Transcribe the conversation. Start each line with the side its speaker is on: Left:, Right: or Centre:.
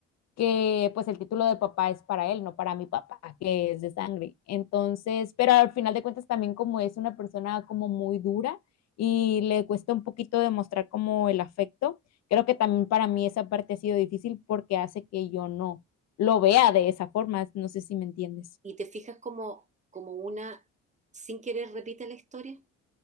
Left: que pues el título de papá es para él, no para mi papá, que es de sangre. Entonces, pero al final de cuentas también como es una persona como muy dura y le cuesta un poquito demostrar como el afecto, creo que también para mí esa parte ha sido difícil porque hace que yo no lo vea de esa forma, no sé si me entiendes.
Right: y te fijas como, como una, sin querer repite la historia,